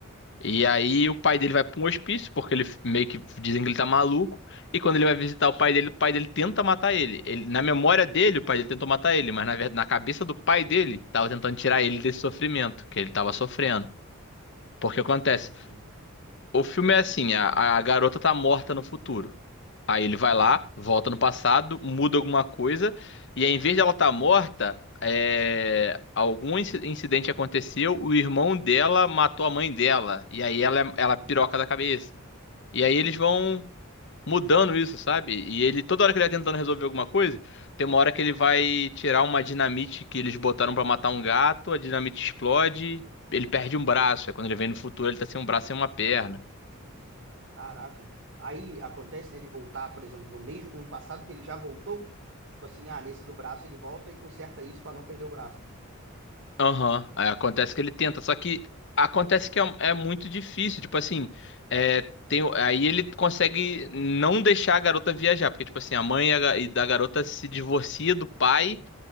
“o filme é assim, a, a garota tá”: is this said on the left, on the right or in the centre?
Left